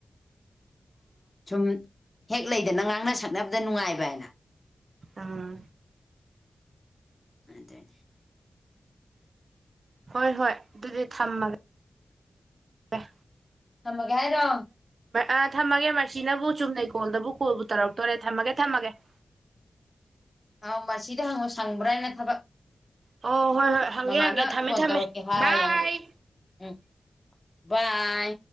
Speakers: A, on the left; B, on the right.
A: ꯁꯨꯝ ꯍꯦꯛ ꯂꯩꯗꯅ ꯉꯥꯡꯅ ꯁꯛꯅꯕꯗ ꯅꯨꯡꯉꯥꯏꯕ ꯑꯥꯅ
B: ꯑꯥ
A: ꯑꯗꯅꯦ
B: ꯍꯣꯏ ꯍꯣꯏ ꯑꯗꯨꯗꯤ ꯊꯝꯃꯒꯦ
A: ꯊꯝꯃꯒꯦ ꯍꯥꯏꯔꯣ
B: ꯑ ꯊꯝꯃꯒꯦ ꯃ꯭ꯔꯁꯤꯅꯕꯨ ꯆꯨꯝꯅꯩ ꯀꯣꯜꯗꯕꯨ ꯀꯣꯜꯕꯨ ꯇꯧꯔꯛꯇꯣꯔꯦ ꯊꯝꯃꯒꯦ ꯊꯝꯃꯒꯦ <inaudible>
A: ꯑꯥ ꯃꯁꯤꯗ ꯍꯪꯉꯣ ꯁꯪꯕ꯭ꯔ ꯍꯥꯏꯅ ꯊꯕꯛ
B: ꯑꯣ ꯍꯣꯏ ꯍꯣꯏ ꯍꯪꯒꯦ
A: ꯃꯃꯥꯅ
B: ꯍꯪꯒꯦ ꯊꯝꯃꯦ
A: ꯐꯣꯟ
B: ꯊꯝꯃꯦ
A: ꯇꯧꯔꯛꯀꯦ ꯍꯥꯏ
B: ꯕꯥꯏ
A: ꯑꯦꯅ ꯎꯝ ꯕꯥꯏ